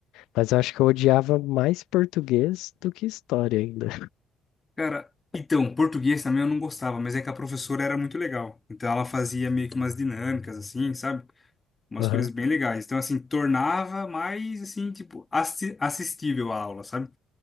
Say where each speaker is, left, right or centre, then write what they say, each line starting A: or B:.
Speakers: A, on the left; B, on the left.
A: Mas eu acho que eu odiava mais português do que história ainda.
B: Cara, então, português também eu não gostava, mas é que a professora era muito legal. Então, ela fazia meio que umas dinâmicas, assim, sabe? Umas
A: Aham,
B: coisas bem legais. Então, assim, tornava mais, assim, tipo, assi- assistível a aula, sabe?